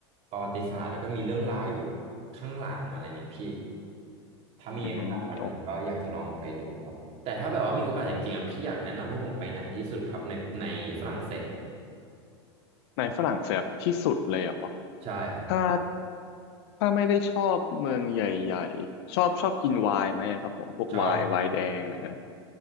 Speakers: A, on the right; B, on the left.
A: ประวัติศาสตร์แล้วก็มีเรื่องราวอยู่ข้างหลังอะไรเงี้ยพี่ถ้ามีโอกาสวันหนึ่งก็อยากจะลองไปดูครับแต่ถ้าแบบว่ามีโอกาสจริงๆอ่ะพี่อยากแนะนำให้ผมไปไหนที่สุดครับในในฝรั่งเศส
B: อืมโอ้ในฝรั่งเศสที่สุดเลยเหรอ
A: ใช่ครับ
B: ถ้าถ้าไม่ได้ชอบเมืองใหญ่ๆชอบชอบกินไวน์ไหมครับผมพวกไวน์ไวน์แดงอะไรเงี้ย
A: ชอบ